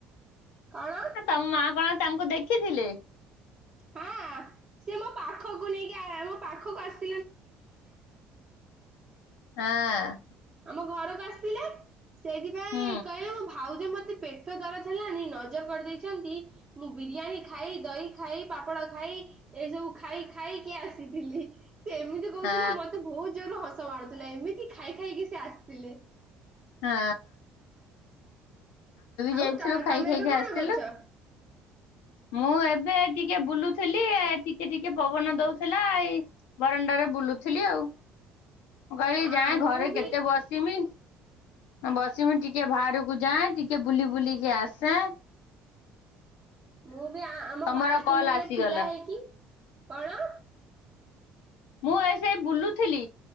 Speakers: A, on the right (about 35°); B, on the left (about 75°).
A: କଣ?
B: ତମ ମା କଣ ତାଙ୍କୁ ଦେଖିଥିଲେ।
A: ହଁ ସିଏ ମୋ ପାଖକୁ ନେଇକି ଆ ମୋ ପାଖକୁ ଆସି।
B: ହାଁ।
A: ଆମ ଘରକୁ ଆସିଥିଲେ ସେଇଥିପାଇଁ
B: ହୁଁ
A: କହିଲେ ମୋ ଭାଉଜ ମତେ ପେ ପେଟଦରଜ ହେଲାଣି ନଜର କରିଦେଇଛନ୍ତି ମୁଁ ବିରିୟାନୀ ଖାଇ ଦହି ଖାଇ ପାପଡ଼ ଖାଇ ଏସବୁ ଖାଇ ଖାଇକି ଆସିଥିଲି ସେ ଏମିତି କହୁଥିଲେ
B: ହଁ
A: ମତେ ବହୁତ ଜୋରେ ହସ ମାଡୁଥିଲା ଏମିତି ଖାଇ ଖାଇକି ସେ ଆସିଥିଲେ।
B: ହାଁ।
A: ଆଉ
B: ଯାଇଥିଲୁ
A: ତ
B: ଖାଇ
A: ତମେ
B: ଖାଇକି
A: ଏବେ କଣ
B: ଆସିଲୁ।
A: କରୁଚ?
B: ମୁଁ ଏବେ ଟିକିଏ ବୁଲୁଥିଲି ଟିକିଏ ଟିକିଏ ପବନ ଦଉଥିଲା ଏଇ ବାରଣ୍ଡାରେ ବୁଲୁଥିଲି ଆଉ ମୁଁ କହଲି
A: ହଁ
B: ଯାଏଁ
A: ମୁଁ
B: ଘରେ
A: ବି
B: କେତେ ବସିମି। ବସିମି ଟିକିଏ ବାହାରକୁ ଯାଏଁ ଟିକିଏ ବୁଲି ବୁଲିକି ଆସେ।
A: ମୁଁବି ଆ ଆମ
B: ତମର
A: ବାଲକିନିରେ
B: କଲ ଆସିଗଲା
A: ଠିଆ ହେଇକି କଣ?
B: ମୁଁ ଏଇ ସେଇ ବୁଲୁଥିଲି